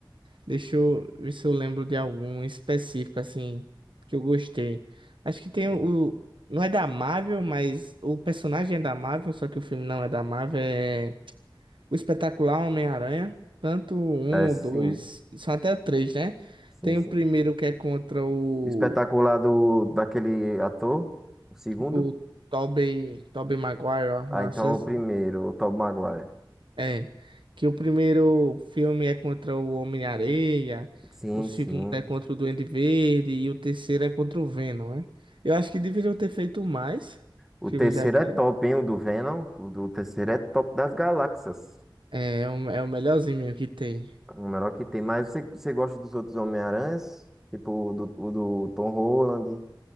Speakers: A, on the right; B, in the centre.
A: Deixa eu ver se eu lembro de algum específico, assim, que eu gostei. Acho que tem
B: Sim.
A: o. Não é da Marvel, mas o personagem é da Marvel, só que o filme não é da Marvel, é O Espetacular Homem-Aranha, tanto um,
B: É, sim,
A: o dois, são até três, né?
B: sim,
A: Tem
B: sim.
A: o primeiro que é contra o,
B: Espetacular do, daquele ator? O segundo?
A: o Tobey, Tobey Maguire, ó,
B: Ah,
A: não
B: então
A: sei
B: é o
A: se-
B: primeiro, o Tobey Maguire.
A: é. Que o primeiro filme é contra o Homem-Areia,
B: Sim,
A: o segundo
B: sim.
A: é contra o Duende Verde e o terceiro é contra o Venom, né? Eu acho que deveriam ter feito mais
B: O
A: filmes
B: terceiro
A: daquele.
B: é top, hein? O do Venom. O do terceiro é top das galáxias.
A: É, é o, é o melhorzinho mesmo que tem.
B: O melhor que tem. Mas você, você gosta dos outros Homem-Aranhas? Tipo o do, o do Tom Holland.